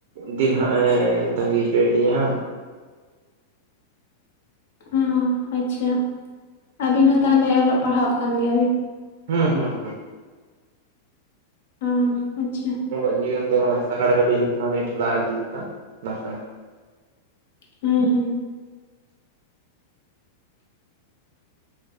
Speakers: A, on the right (about 60°); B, on the left (about 65°).
A: ᱫᱤᱱ ᱦᱟᱸᱜ ᱮ ᱛᱟᱸᱜᱤ ᱦᱚᱪᱚᱭᱮᱫ ᱞᱤᱧᱟ ᱦᱟᱸᱜ,
B: ᱚ ᱟᱪᱪᱷᱟ ᱟᱹᱵᱤᱱ ᱦᱚᱸ ᱛᱟᱦᱚᱞᱮ ᱚᱞᱚᱜ ᱯᱟᱲᱦᱟᱣᱟᱜ ᱠᱟᱱ ᱜᱮᱭᱟ ᱵᱤᱱ?
A: ᱦᱩᱸ ᱦᱩᱸ ᱦᱩᱸ
B: ᱚ ᱟᱪᱪᱷᱟ
A: ᱚᱞᱟᱜ ᱡᱤᱭᱚᱱ ᱫᱚ ᱚᱜᱚᱭ ᱥᱟᱜᱟᱲ ᱜᱟᱹᱰᱤ ᱞᱮᱠᱟ ᱦᱟᱸᱜ ᱞᱤᱧ ᱴᱷᱮᱞᱟᱣ ᱤᱫᱤᱭᱮᱫᱼᱟ ᱱᱟᱥᱮᱱᱟᱜ,
B: ᱦᱩᱸ ᱦᱩᱸ